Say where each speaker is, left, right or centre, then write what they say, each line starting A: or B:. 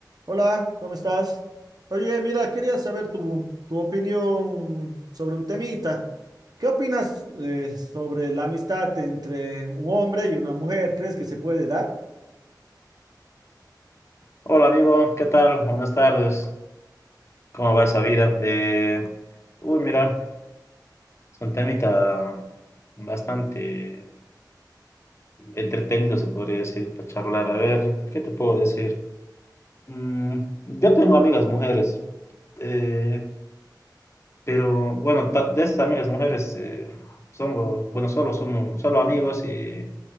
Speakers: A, on the right; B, on the left.
A: Hola, ¿cómo estás? Oye, mira, quería saber tu, tu opinión sobre un temita. ¿Qué opinas eh, sobre la amistad entre un hombre y una mujer? ¿Crees que se puede dar?
B: Hola amigo, ¿qué tal? Buenas tardes. ¿Cómo va esa vida? Eh, uy, mira, es un temita bastante entretenido, se podría decir, para charlar. A ver, ¿qué te puedo decir? Mm, yo tengo amigas mujeres, eh, pero bueno, ta- de esas amigas mujeres eh, somos, bueno, solo somos, solo amigos y,